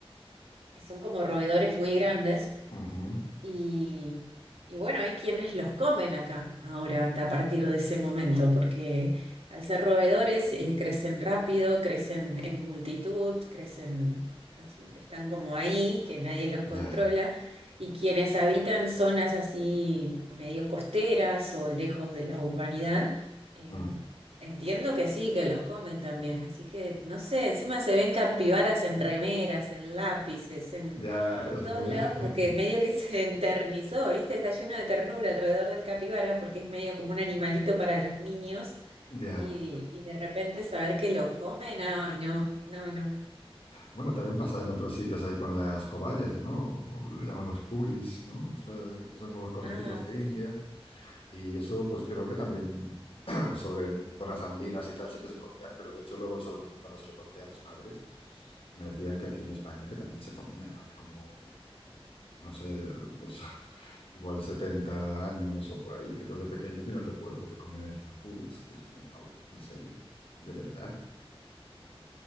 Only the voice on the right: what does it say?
que son como roedores muy grandes
y, y bueno, hay quienes los comen acá ahora a partir de ese momento, porque al ser roedores eh, crecen rápido, crecen en multitud, crecen, están como ahí, que nadie los
controla. Y quienes habitan zonas así medio costeras o lejos de la urbanidad, eh,
Entiendo que sí, que los comen también, así que no sé, encima se ven capibaras en remeras, en lápices, en
en
todos
lados
como que medio que se enternizó, ¿viste? Está lleno de ternura alrededor del capibara porque es medio como un animalito para los niños
y, y de repente saber que lo comen, ay, no, no, no.
Ah,
sí.